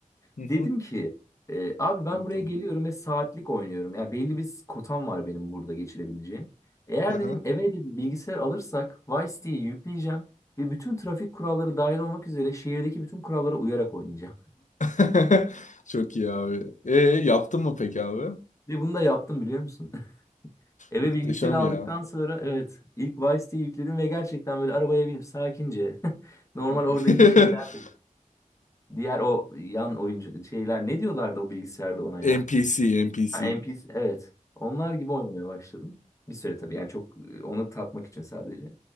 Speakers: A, on the left; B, on the left.
A: hı, hı.
B: Dedim ki e, abi ben
A: Evet,
B: buraya
A: tamam.
B: geliyorum ve saatlik oynuyorum. Yani belli bir kotam var benim burada geçirebileceğim. Eğer
A: Aha.
B: dedim eve dedim bilgisayar alırsak Vice City'yi yükleyeceğim ve bütün trafik kuralları dahil olmak üzere şehirdeki bütün kurallara uyarak oynayacağım.
A: <laughs> Çok iyi abi. E, yaptın mı peki abi?
B: <laughs> Ve bunu da yaptım biliyor musun? <laughs> Eve
A: Muhteşem
B: bilgisayarı aldıktan
A: ya.
B: sonra evet ilk Vice City'yi yükledim ve gerçekten böyle arabaya binip sakince <laughs> normal
A: <laughs>
B: oradaki şeyler diğer o yan oyuncu şeyler ne diyorlardı o bilgisayarda ona
A: NPC,
B: ya?
A: NPC.
B: Ha, NPC evet. Onlar gibi oynamaya başladım. Bir süre tabii yani çok e, onu tatmak için sadece.